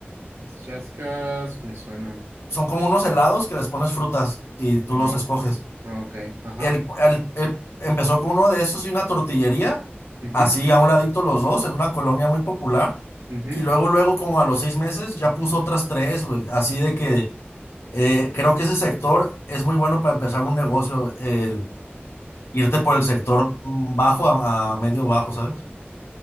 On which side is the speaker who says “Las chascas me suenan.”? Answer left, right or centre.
Right